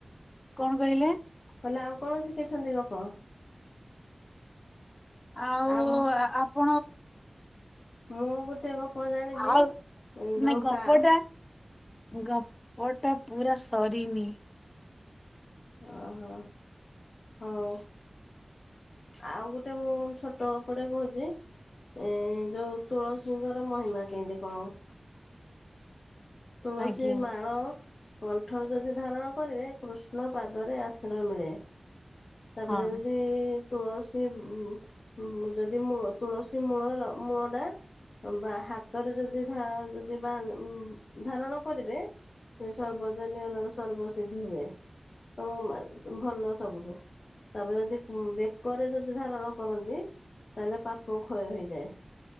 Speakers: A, on the left; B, on the left.
A: କଣ କହିଲେ
B: କହିଲି ଆଉ କଣ ଶିଖିଛନ୍ତି ଗପ
A: ଆ
B: ଆମ
A: ଁ
B: ମୁଁ ଗୋଟେ ଗପ ଜାଣିଛି
A: ଆଉ
B: ଯୋଉ
A: ନାଇଁ ଗପଟା
B: କା
A: ଗପଟା ପୁରା ସରିନି
B: ଓହୋ ହଉ ଆଉ ଗୋଟେ ମୁଁ ଛୋଟ ଗପ ଟେ କହୁଛି ଏ ଯୋଉ ତୁଳସୀଙ୍କର ମହିମା କେମିତି କଣ ତୁଳସୀ
A: ଆଜ୍ଞା
B: ମାଳ କଣ୍ଠ ରେ ଯଦି ଧାରଣ କରିବେ କୃଷ୍ଣ ପାଦରେ ଆଶ୍ରୟ ମିଳେ ତାପରେ
A: ହଁ।
B: ଯଦି ତୁଳସୀ ମୁ ଯଦି ମୁ ତୁଳସୀ ମୂଳର ମୂଳ ଟା ବା ହାତରେ ଯଦି ଧ ଯଦି ବା ଉଁ ଧାରଣ କରିବେ ସେ ସର୍ବଜନୀୟନ ସର୍ବସିିଦ୍ଧି ହୁଏ ତମ ଭଲ ସବୁଠୁ ତାପରେ ଯଦି ବେକରେ ଯଦି ଧାରଣ କରନ୍ତି ତାହଲେ ପାପ କ୍ଷୟ ହୋଇଯାଏ